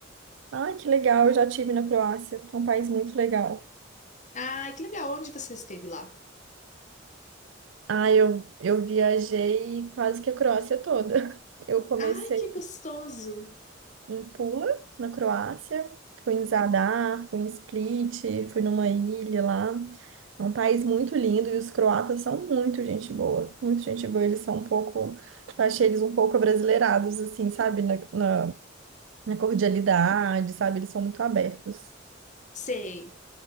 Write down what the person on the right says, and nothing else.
Ah, que legal, eu já tive na Croácia. É um país muito legal.
Ah, eu, eu viajei quase que a Croácia toda. <laughs> Eu comecei
em Pula, na Croácia. Fui em Zadar, fui em Split, fui numa ilha lá. É um país muito lindo e os croatas são muito gente boa. Muito gente boa. Eles são um pouco. Eu achei eles um pouco abrasileirados, assim, sabe? Na, na, na cordialidade, sabe? Eles são muito abertos.